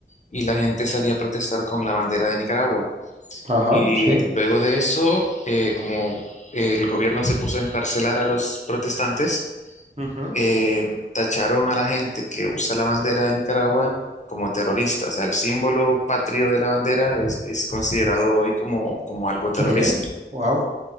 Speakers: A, on the left (about 40°); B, on the right (about 35°).
A: y la gente salía a protestar con la bandera de Nicaragua.
B: Ajá.
A: Y
B: Sí.
A: luego de eso, eh, como el gobierno se puso a encarcelar a los protestantes,
B: Ujú.
A: eh, tacharon a la gente que usa la bandera de Nicaragua como terrorista. O sea, el símbolo patrio de la bandera es, es considerado hoy como, como algo terrorista.
B: Sí. Wow.